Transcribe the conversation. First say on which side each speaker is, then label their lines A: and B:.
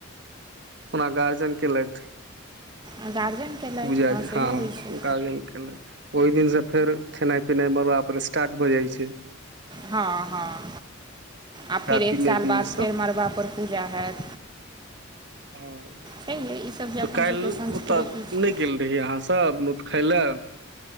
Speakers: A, on the right; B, on the right.
A: ओना गार्जन केलक
B: आ गार्जियन केलथि
A: पूजा
B: सेहो
A: हँ
B: होइ छै
A: गार्जन केलक ओहि दिनसँ फेर खेनाइ पिनाइमे बापर स्टार्ट भऽ जाइ छै
B: हँ हँ आ फेर
A: राति
B: एक
A: मे
B: साल
A: दिन
B: बाद
A: से
B: फेर मड़बा पर पूजा हैत
A: हँ
B: छैहे ईसब जे
A: तऽ
B: अपन
A: काल्हि
B: सबके संस्कृति
A: ओतय
B: छै
A: नहि गेल रहिय अहाँसभ नोत खेलऽ